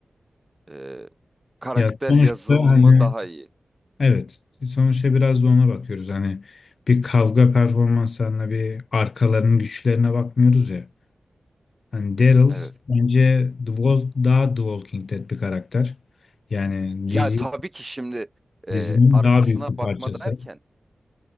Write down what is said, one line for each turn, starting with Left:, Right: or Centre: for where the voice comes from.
Right: Ee, karakter
Left: Ya sonuçta
Right: yazılımı
Left: hani
Right: daha iyi.
Left: evet. Sonuçta biraz da ona bakıyoruz. Hani bir kavga performanslarına bir arkalarının güçlerine bakmıyoruz ya. Yani Daryl
Right: Evet.
Left: bence The Wall- daha The Walking Dead bir karakter. Yani
Right: Ya
Left: dizi
Right: tabii ki şimdi e,
Left: dizinin
Right: arkasına
Left: daha büyük bir
Right: bakma
Left: parçası.
Right: derken,